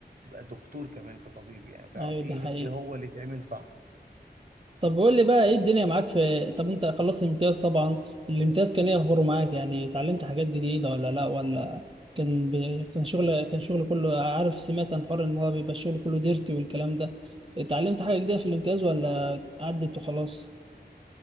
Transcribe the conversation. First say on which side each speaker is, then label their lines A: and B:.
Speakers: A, on the right (about 55°); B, on the right (about 30°).
A: تبقى دكتور كمان كطبيب يعني وتعرف
B: ايوه
A: ايه
B: ده حقيقي
A: ايه هو اللي يتعمل صح
B: طب قول لي بقى ايه الدنيا معاك في طب انت خلصت الامتياز طبعا الامتياز كان ايه اخباره معاك يعني اتعلمت حاجات جديدة ولا لا ولا كان ب... كان شغل كان شغل كله عارف سمعت عن حوار ان هو بيبقى الشغل كله ديرتي والكلام ده اتعلمت حاجة جديدة في الامتياز ولا عدت وخلاص